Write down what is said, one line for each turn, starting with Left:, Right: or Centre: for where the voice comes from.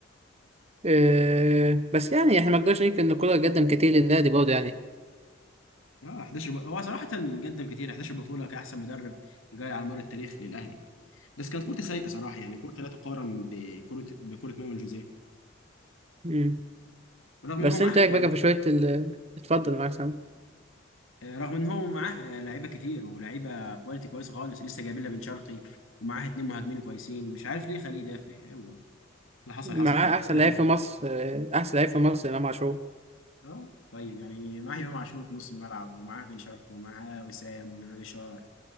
Right: آه بس يعني احنا ما نقدرش ننكر ان الكورة قدم كتير للنادي برضه يعني
Left: اه 11 ب... هو صراحه قدم كتير 11 بطوله كاحسن مدرب جاري على مر التاريخ للاهلي بس كانت كورته سيئه صراحه يعني كورته لا تقارن بكره بكره مانويل جوزيه
Right: مم.
Left: رغم
Right: بس
Left: ان هو معاه
Right: انت ايه
Left: يعني
Right: رايك بقى في شويه ال... اتفضل معاك سامي
Left: آه، رغم ان هو معاه آه، لعيبه كتير ولعيبه كواليتي كويسه خالص لسه جايبين لها بن شرقي ومعاه اتنين مهاجمين كويسين مش عارف ليه خليه يدافع يلا اللي حصل
Right: معاه
Left: حصل بقى
Right: احسن لعيب في مصر آه، احسن لعيب في مصر امام عاشور
Left: اه طيب يعني معاه امام عاشور في نص الملعب ومعاه بن شرقي ومعاه وسام وجرادي شار